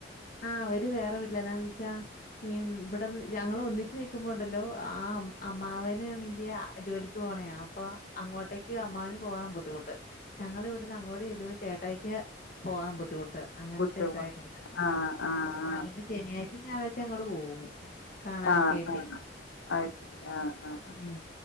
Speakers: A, on the left (about 45°); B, on the left (about 80°).
A: ആഹ് അവര് വേറെ വീട്ടില എന്നാ ന്ന് വെച്ചാ ഈ ഇവിടെ ഞങ്ങളൊന്നിച്ച് നൽക്കുമ്പോ ഒണ്ടല്ലോ ആ അമ്മാവനണെങ്കിൽ ജോലിക്ക് പോണയാ അപ്പൊ അങ്ങോട്ടേക്ക് അമ്മാന് പോകാൻ ബുദ്ധിമുട്ട് ഞങ്ങൾ ഇവിടുന്ന് അങ്ങോട്ട് ചെല്ലുമ്പോ ചേട്ടായ്ക്ക് പോവാൻ ബുദ്ധിമുട്ട് അങ്ങനത്തെ
B: കുട്ടിയും
A: ഇതായൊണ്ട്
B: കുട്ടിയും ആഹ് ആഹ്
A: അത്ങ്ങൊണ്ട് ശനിയാഴ്ചയും ഞായറാഴ്ച അങ്ങോട് പോകും കാണാനൊക്കെ
B: ആഹ്
A: ആയിട്ടേ
B: ആഹ് അത് ശരി ആഹ് ആഹ് അത് ശരി ആഹ് ആഹ്
A: ഉം